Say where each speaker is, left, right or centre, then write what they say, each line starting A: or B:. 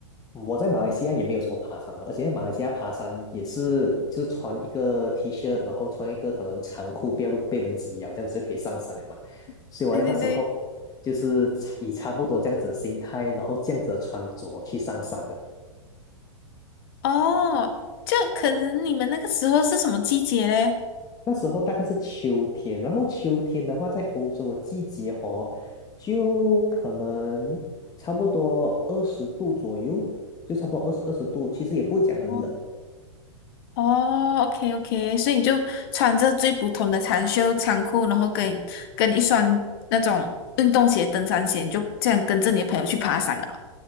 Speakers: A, on the left; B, on the left.
A: 我在马来西亚也没有什么爬山嘛，而且马来西亚爬山也是就是穿一个 T 恤，然后穿一个可能长裤，不要被蚊子咬，这样子就可以上山了嘛。
B: <laughs>
A: 所以我那时嗯候
B: 对对对，
A: 就是以差不多这样子的心态，然后这样子的穿着去上山的。
B: 哦，就可能你们那个时候是什么季节嘞？
A: 那时候大概是秋天，然后秋天的话，在欧洲的季节哦，就可能差不多二十度左右，就差不多二十二十度，其实也不会讲很冷，
B: 哦。哦，OK OK，所以你就穿着最普通的长袖长裤，然后跟跟一双那种运动鞋、登山鞋，你就这样跟着你的朋友去爬山啊。